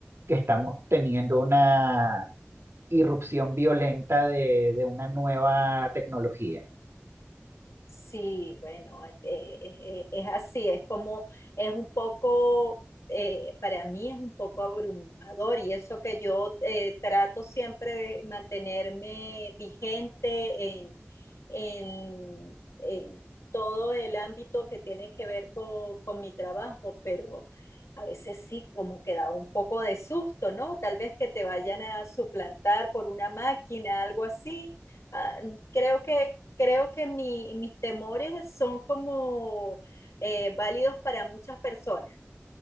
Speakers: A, on the right; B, on the left.
A: que estamos teniendo una irrupción violenta de, de una nueva tecnología.
B: Sí, bueno, eh, eh, eh, eh, es así, es como, es un poco, eh, para mí es un poco abrumador y eso que yo eh, trato siempre de mantenerme vigente en, en, en todo el ámbito que tiene que ver co- con mi trabajo, pero a veces sí, como que da un poco de susto, ¿no? Tal vez que te vayan a suplantar por una máquina, algo así. Ah, creo que, creo que mi- mis temores son como eh, válidos para muchas personas.